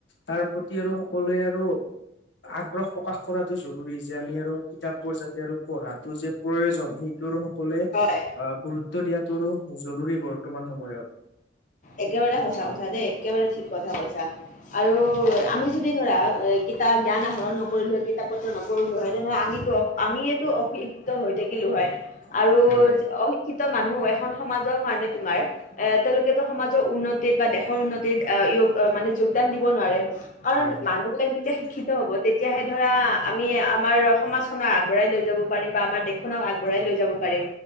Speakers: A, on the left; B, on the left.
A: তাৰ প্ৰতি আৰু সকলোৱে আৰু আগ্ৰহ প্ৰকাশ কৰাটো জৰুৰী যে আমি আৰু কিতাপবোৰ যাতে আৰু পঢ়াটো যে প্ৰয়োজন সেই ত সকলোৱে
B: হয়।
A: আহ গুৰুত্ব দিয়াতটো জৰুৰী বৰ্তমান সময়ত।
B: একেবাৰে সঁচা কথা দেই একেবাৰে ঠিক কথা কৈছা। আৰু আমি যদি ধৰা কিতাপ জ্ঞান আহৰণ নকৰিলোঁ হয় কিতাপ পত্ৰ নপৰিলোঁ হয় তেনেহ'লে আমিতো। আমিয়েতো অশিক্ত হৈ থাকিলো হয়। আৰু
A: হয়
B: অশিক্ষিত মানুহ এখন সমাজৰ কাৰণে তোমাৰ এ তেওঁলোকে। সমাজৰ উন্নতিত বা দেশৰ উন্নতিত অ মানে যোগদান দিব নোৱাৰে। কাৰণ
A: হয় হয়
B: মানুহ বিলাক যেতিয়া শিক্ষি শিক্ষিত হব তেতিয়াহে ধৰা আমি আমাৰ সমাজখনক আগবঢ়াই লৈ যাব পাৰিম বা আমাৰ। খনক আগবঢ়াই লৈ যাব পাৰিম।